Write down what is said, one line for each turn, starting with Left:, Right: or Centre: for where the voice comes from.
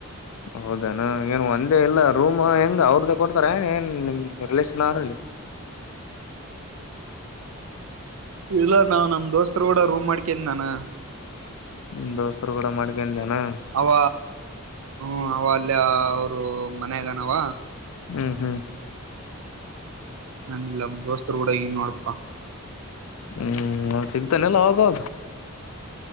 Left: ಹೌದೇನಾ ಏನ್ ಒಂದೇ ಇಲ್ಲ ರೂಮ್ ಹೆಂಗ್ ಅವ್ರದ್ದ ಕೊಡ್ತಾರ ಏ ಏನ್ ನಿಮ ರಿಲೇಶನ್ ಆರ ಅಲ್ಲಿ.
Right: ಇಲ್ಲ ನಾವ್ ನಮ್ ದೋಸ್ತರು ಕೂಡ ರೂಮ್ ಮಾಡ್ಕೊಂಡಿದ್ದೀನಿ ನಾನು
Left: ನಿಮ ದೋಸ್ತರು ಕೂಡ ಮಾಡಿಕೊಂಡೆನು
Right: ಅವ ಹ್ಮ ಅವ ಅಲ್ಯಾ ಅವರ ಮಾನ್ಯಗನವ
Left: ಹ್ಮ್ ಹ್ಮ್
Right: ನಾನ ಇಲ್ಲಿ ನಮ್ ದೋಸ್ತರು ಗೂಡ ಇನಿ ನೋಡಪಾ.
Left: ಹ್ಮ್ ನಾ ಅವ್ನು ಸಿಕ್ತಾ ನಿಲ್ಲ ಅವಾಗವಾಗ.